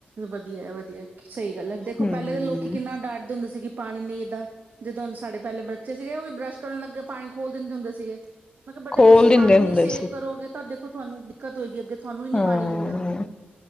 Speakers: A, on the right (about 55°); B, on the left (about 25°).
A: ਵਧੀਆ ਵਧੀਆ ਸਹੀ ਗੱਲ ਹੈ ਦੇਖੋ
B: ਹਮ
A: ਪਹਿਲੇ ਤਾਂ ਲੋਕੀ ਕਿੰਨਾ ਡਰਦੇ ਹੁੰਦੇ ਸੀਗੇ ਪਾਣੀ ਨਹੀਂ ਏਦਾਂ ਜਿੱਦੇ ਹੁਣ ਸਾਡੇ ਪਹਿਲੇ ਬੱਚੇ ਸੀਗੇ ਉਹ ਵੀ ਬਰੱਸ਼ ਕਰਨ ਲੱਗੇ ਪਾਣੀ ਖੋਲ੍ਹ ਦਿੰਦੇ ਹੁੰਦੇ ਸੀਗੇ ਮੈਂ ਕਿਹਾ ਬੇਟਾ
B: ਖੋਲ
A: ਤੁਸੀਂ
B: ਦਿੰਦੇ
A: ਪਾਣੀ ਨੀ
B: ਹੁੰਦੇ
A: ਸੇਵ ਕਰੋਗੇ ਤਾਂ ਦੇਖੋ ਤੁਹਾਨੂੰ ਦਿੱਕਤ ਹੋਏਗੀ ਅੱਗੇ ਤੁਹਾਨੂੰ ਹੀ ਨੀ
B: ਹੂੰ
A: ਪਾਣੀ ਮਿਲਣਾ